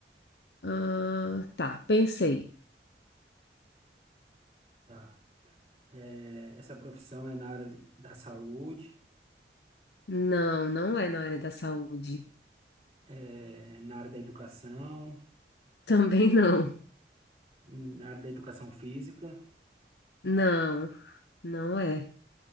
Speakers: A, on the left; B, on the right.
A: Ah, tá, pensei.
B: Tá. É, essa profissão é na área de- da saúde,
A: Não, não é na área da saúde.
B: é, na área da educação,
A: <laughs> Também não.
B: na área da educação física.
A: Não, não é.